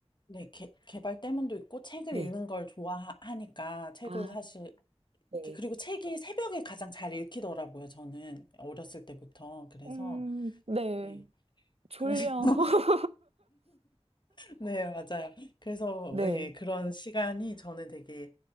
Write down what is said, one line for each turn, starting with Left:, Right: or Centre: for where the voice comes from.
Left: 네, 개, 개발 때문도 있고 책을
Right: 네.
Left: 읽는 걸 좋아하니까 책을
Right: 아,
Left: 사실
Right: 네.
Left: 그- 그리고 책이 새벽에 가장 잘 읽히더라고요, 저는. 어렸을 때부터. 그래서,
Right: 음, 네.
Left: 네.
Right: 졸려.
Left: 그래서, <laughs>
Right: <laughs>
Left: 네, 맞아요. 그래서,
Right: 네.
Left: 네, 그런 시간이 저는 되게